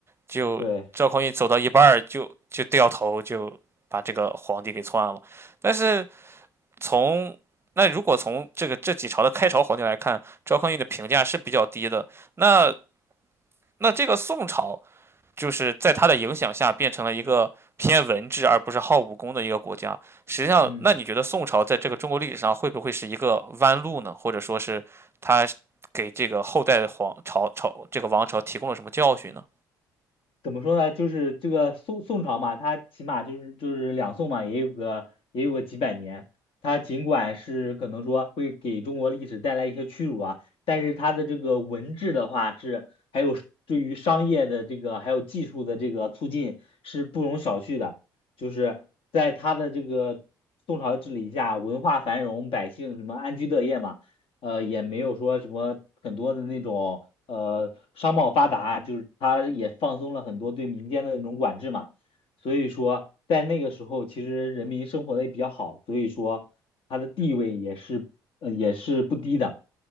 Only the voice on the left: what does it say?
对，
嗯。
怎么说呢？就是这个宋宋朝嘛，它起码就是就是两宋嘛，也有个也有个几百年。它尽管是可能说会给中国历史带来一些屈辱啊，但是它的这个文治的话是，还有对于商业的这个还有技术的这个促进是不容小觑的。就是在它的这个宋朝治理下，文化繁荣，百姓什么安居乐业嘛。呃，也没有说什么很多的那种呃商贸发达，就是它也放松了很多对民间的那种管制嘛，所以说在那个时候，其实人民生活的也比较好，所以说它的地位也是呃也是不低的。